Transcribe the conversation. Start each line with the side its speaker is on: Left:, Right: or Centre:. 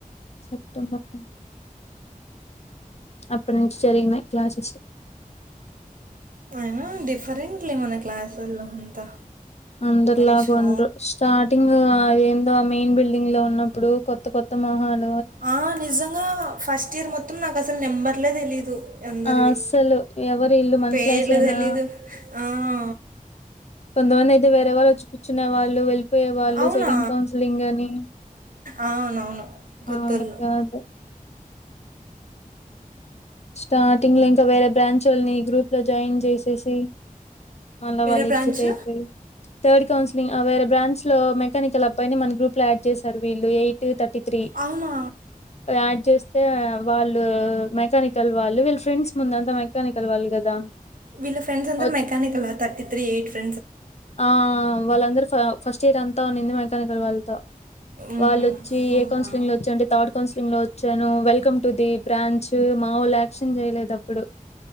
Left: సెప్టెంబర్ అప్పునుంచీ జరిగినాయ్ క్లాసెస్
Right: అయినా డిఫరెంట్లే మన క్లాసోళ్ళు అంతా
Left: అందరులాగుండ్రు
Right: హరీషో
Left: స్టార్టింగ్ ఆ ఏందో ఆ మెయిన్ బిల్డింగ్ లో ఉన్నం ఇప్పుడు కొత్త కొత్త మొహాల్
Right: ఆ నిజంగా ఫస్ట్ ఇయర్ మొత్తం నాకసలు నెంబర్ ర్లే తెలీదు అందరివి
Left: అస్సలు ఎవరు ఇల్లు మన
Right: పేర్లు
Left: క్లాసేనా
Right: తెలీదు ఆ ఆ
Left: కొంతమంది అయితే వేరే వాళ్ళచ్చి కూర్చునే వాళ్ళు వెళ్ళిపోయే వాళ్ళు
Right: అవునా
Left: సెకండ్ కౌన్సిలింగ్ అని
Right: అవునవును
Left: మాములు
Right: కొత్తోళ్ళు
Left: కాదు స్టార్టింగ్ లో ఇంకా వేరే బ్రాంచ్ల్ని గ్రూప్ లో జాయిన్ చేసేసి మళ్ళా
Right: వేరే
Left: వాళ్ళు
Right: బ్రాంచ్
Left: ఎగ్జిట్ అయిపోయి థర్డ్ కౌన్సిలింగ్ ఆ వేర బ్రాంచ్ లో మెకానికల్ అబ్బాయి నీ మన గ్రూప్ యాడ్ చేశారు వీళ్ళి టూ థర్డ్ త్రీ
Right: అవునా
Left: యాడ్ చేస్తే అ వాళ్ళు మెకానిక్ వాళ్ళు వీళ్ళ ఫ్రెండ్స్ ముందంత మెకానికల్ వాళ్ళు కదా
Right: వీళ్ ఫ్రెండ్స్ అందరు
Left: వచ్-
Right: మెకానికల థర్టీ త్రి ఎయిట్ ఫ్ర
Left: ఆ వాళ్ళందరు ఫస్ట్ ఇయర్ అంతా ఉండిది మెకానికల్ వాళ్ళతో
Right: మ్మ్హ.
Left: వాళ్ళోచ్చి
Right: అవునా
Left: ఏ కౌన్సిలింగ్ లో వచ్చి అంటే థర్డ్ కౌన్సిలింగ్ లో వచ్చాను వెల్కమ్ టు ది బ్రాంచ్ మా వాళ్ళయక్షన్ చేయలేదు అప్పుడు